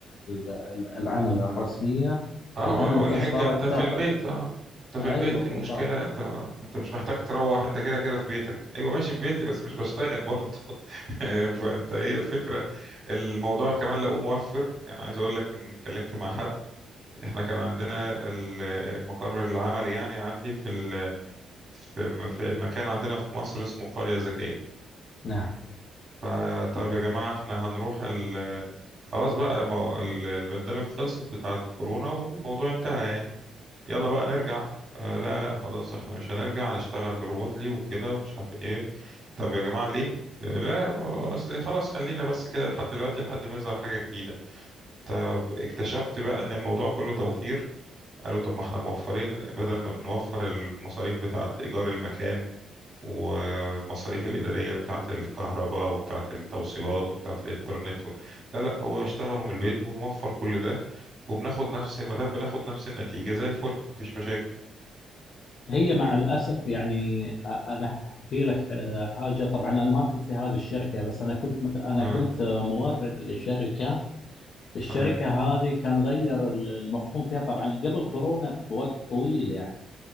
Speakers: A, on the left (about 65°); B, on the right (about 35°).
A: ال- العمل الرسميه
B: اه
A: الان انت
B: والحجة
A: صارت
B: انت في
A: تاخذ
B: البيت اه انت
A: ايوه
B: في البيت
A: بالضبط
B: ايه المشكلة انت انت مش محتاج تروح انت كده كده في بيتك ايوه ماشي في بيتي بس مش بشتغل برضه <laughs> فانت هي الفكرة الموضوع كمان لقوه موفر يعني عايز اقول لك ان اتكلمت مع حد احنا كان عندنا المقر العملي يعني عندي في ال... في في مكان عندنا في مصر اسمه قرية ذكية
A: نعم
B: فطب يا جماعة احنا هنروح ال... خلاص بقى ما- ال- البندemig خلصت بتاعت كورونا والموضوع انتهى يعني يلا بقى نرجع آه لا لا خلاص احنا مش هنرجع هنشتغل ريموتلي وكده ومش عارف ايه طب يا جماعة ليه آه لا اصل خلاص خلينا بس كده لحد دلوقتي لحد ما يظهر حاجة جديدة طب اكتشفت بقى ان الموضوع كله توفير قالوا طب ما احنا موفرين بدل ما نوفر المصاريف بتاعة ايجار المكان والمصاريف الإدارية بتاعة الكهرباء وبتاعة التوصيلات وبتاعة الإنترنت و... لا لا هو اشتغلوا من البيت ونوفر كل ده وبناخد نفس ما دام بناخد نفس النتيجة زي الفل مفيش مشاكل
A: هي مع الأسف يعني أ- أنا أحكي لك آه، حاجة طبعا أنا ما كنت في هذه الشركة بس أنا كنت مت- أنا
B: اه
A: كنت آه، مورد لشركة الشركة
B: تمام
A: هذه كان غير ال- المفهوم فيها طبعا قبل كورونا بوقت طويل يعني